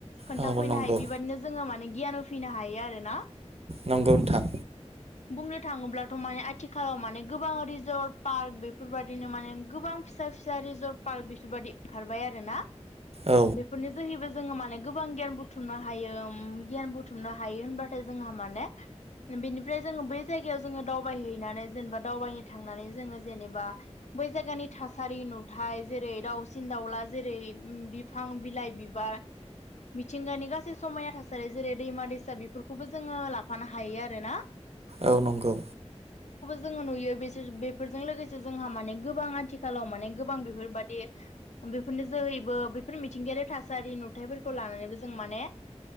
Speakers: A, on the left (about 80°); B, on the right (about 60°).
A: खोन्थाफैनो
B: औ नंगौ
A: हायो बेबाददिनो जोङो माने गियान फिनो हायो आरो ना
B: नंगौ नोंथां
A: बुंनो थाङोब्लाथ' माने आथिखालाव माने गोबां रिजर्ट पार्क बेफोरबायदिनो माने गोबां फिसा फिसा रिजर्टपार्क बेफोरबायदि ओंखारबाय आरोना
B: औ
A: बेफोरनि जोहैबो जोङो माने गोबां गियान बुथुमनो हायो उम गियान बुथुमनो हायो होनबाथाय जोंहा माने बेनिफ्राय जोङो बै जायगायाव जोङो दावबायहैनानै जेनेबा दावबायनो थांनानै जोङो जेनेबा बै जायगानि थासारि नुथाय जेरै दाउसिन दाउला जेरै बिफां बिलाइ बिबार मिथिंगानि गासै समाया थासारि जेरै दैमा दैसा बेफोरखौबो जोङो लाफानो हायो आरो ना
B: औ नंगौ
A: जोङो नुयो बेसोर बेफोरजों लोगोसे जोंहा माने गोबां आथिखालाव माने गोबां बेफोरबादि बेफोरनि जोहैबो बेफोर मिथिंगायारि थासारि नुथायफोरखौ लानानैबो जों माने